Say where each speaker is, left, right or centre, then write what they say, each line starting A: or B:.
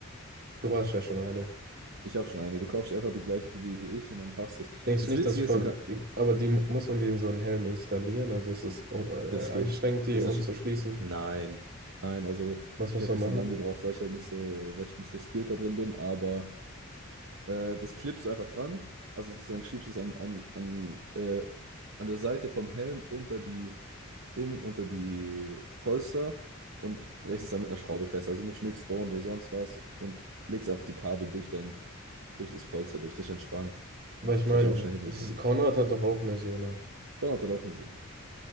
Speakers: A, on the right (about 45°); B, on the right (about 65°).
A: du hast ja schon eine.
B: Ich habe schon eine. Du kaufst dir einfach die gleiche wie ich und dann passt das.
A: Denkst
B: Das
A: du nicht,
B: Witzige
A: dass ich von,
B: ist, du kannst,
A: die- aber die muss man den so einen Helm installieren? Also ist es um, äh,
B: das
A: anstrengend,
B: geht,
A: die
B: das
A: umzuschließen?
B: ist, nein, nein, also
A: Was
B: ich
A: muss
B: habe
A: man
B: ein bisschen
A: machen?
B: lang gebraucht, weil ich halt nicht so, weil ich nicht so skilled da drin bin, aber äh, das klippst du einfach dran, also sozusagen schiebst du es an, an, an, äh, an der Seite vom Helm unter die Ding, unter die Polster und drehst es dann mit einer Schraube fest. Also musst nichts bohren oder sonst was und legst einfach die Kabel durch dein, durch das Polster durch, das ist entspannt.
A: Weil ich
B: Das
A: meine,
B: habe ich auch schnell hinbekommen.
A: es Konrad hat doch auch eine Sehne.
B: Schon hat auch eine Seele.